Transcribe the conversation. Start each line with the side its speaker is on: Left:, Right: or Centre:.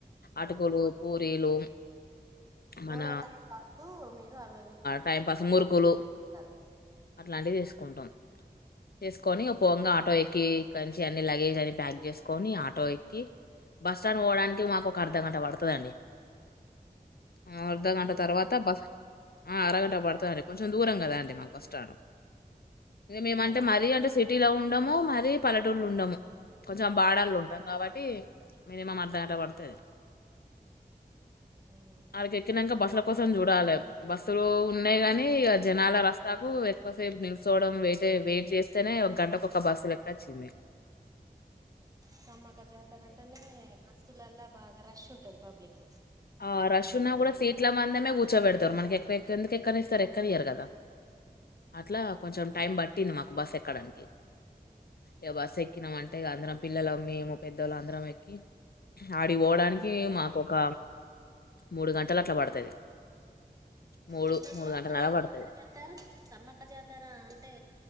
Right: ఆ
Left: అటుకులు
Right: పోన్
Left: పూరీలు
Right: పోంగా
Left: మన
Right: టైం పాస్కు మీరు అవి అవి
Left: టైం పాస్ మురుకు ఫలో
Right: తాగుతారు
Left: అట్లాంటివి చేసుకుంటాం చేసుకొని ఒక పంగా ఆటో ఎక్కిక్కంచి అన్నిీ లగేజ్ అన్నన్ని ప్యాక్ చేసుకొని ఆటో ఎక్కి బస్ స్టాండ్ పోవడానికి మాకు ఒక అర్ధగంట పడుతదండి ఆ అర్ధగంట
Right: అర
Left: తర్వాత బస్ ఆ అరగంట పడుతారే కొంచెం దూరం కదా అండి మాకు బస్టాండు ఇది మేమంటే
Right: అలా
Left: మరీ అంటే సి ఇటిలో ఉండము మరిీ పల్లటూళ్ళ ఉండము కొంచెం బాడళ ఉంటాం కాబట్టి మినిమం అర్ధగట పడుతది
Right: అవునండి
Left: అక ఎక్కనాంగా బస్సల కోసం చూడాలి బస్సులు ఉన్నాయి గాని ఇ జనాల రస్తాకు ఎక్కువసేపు నిల్చోవడం వే అతే వెయిట్ చేస్తేనే ఒక గంటకు ఒక బస్సు లెక్క వచ్చింది
Right: సమ్మక్క జాతర అంటేనే బస్సులలా బాగా రష్ ఉంటది పబ్లిక్
Left: ఆ రష్ ఉన్న కూడా సీట్లా మంద కూర్చోబెడతారు మనకి ఎక్కవ ఎక్కేందుకు ఎక్కని ఇస్తారు ఎక్కన ఇయ్యారు కదా అట్లా కొంచెం టైం పట్టింది మాకు బస్ ఎక్కడానికి ఇక బస్ ఎక్కినామ అంటే అందరం పిల్లలం మేము పెద్దోళ్ళుం అందరం ఎక్కి ఆడిపోడానికి మాకుక మూడు గంటలు అట్లా పడతది మూడు
Right: ఎంత
Left: మూడు
Right: దూరం
Left: గంటల
Right: ఉంటందని
Left: అలా పడతది
Right: వెళ్తారు సమ్మక్క జాతర అంటే